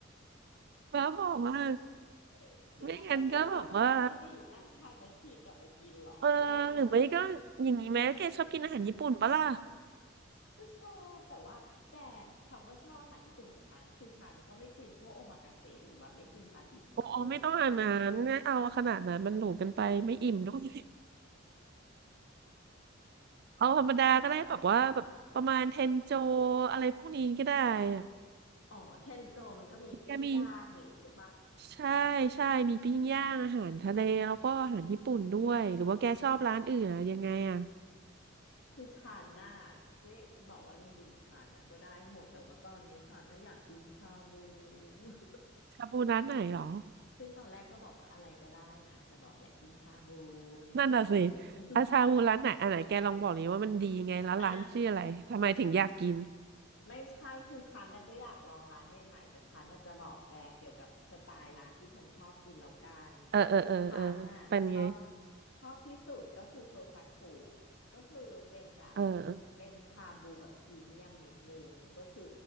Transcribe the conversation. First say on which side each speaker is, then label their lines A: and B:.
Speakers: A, on the right; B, on the left.
A: บ้าบอกว่า
B: <laughs> แกจะให้พวกเราย้อนอดีตนั่งทานแมชชีนกลับไปกินเหรอไม่ได้นะ
A: กไม่งั้นก็แบบว่าเออหรือไม่ก็อย่างนี้ไหมแกชอบกินอาหารญี่ปุ่นปะล่ะ
B: ก็ชอบแต่ว่าแกคำว่าชอบอาหารญี่ปุ่นของฉันคือฉันก็ไม่กินพวกโอมากาเสะหรือแบบไม่กินปลาดิบนะเว้ย
A: อ๋อไม่ต้องอันนั้นไมเอาขนาดนั้นมันหรูกันไปไม่อิ่มด้วยเอาธรรมดาก็ได้แบบว่าแบบประมาณเทนโจอะไรพวกนี้ก็ได้อะ
B: <laughs> อ๋อเทนโจมันก็มีปิ้งย่างนี่ใช่ปะ
A: แกมีใช่ใช่มีปิ้งย่างอาหารทะเลแล้วก็อาหารญี่ปุ่นด้วยหรือว่าแกชอบร้านอื่นอะยังไงอะ
B: คือชาน่าก็อย่างที่บอกว่าจริงๆชาน่าก็ได้หมดแต่ว่าตอนเนี้ยชาน่าอยากกินชาบู <laughs>
A: ชาบูร้านไหนหรอ
B: ซึ่งตอนแรกก็บอกว่าอะไรก็ได้นะแต่บอกอยากกินชาบูอะไรอย่างเงี้ยโอ้
A: นั่นน่ะสิ
B: <laughs>
A: อาชาบูร้านไหนอันไหนแกลองบอกนี้ว่ามันดีไงแล้วร้านชื่ออะไรทำไมถึงอยากกิน
B: อ่ะ ไม่ใช่คือฉันน่ะก็อยากลองร้านใหม่ๆแต่ฉันน่ะจะบอกแกเกี่ยวกับสไตล์ร้านที่ฉันชอบกินแล้วกัน
A: เออเออเออเออเป็นไง
B: ฉันน่ะชอบชอบที่สุดก็คือโซซากุก็คือเป็นแบบ
A: เออ
B: เป็นชาบูแบบพรีเมียมนิดนึงก็คือ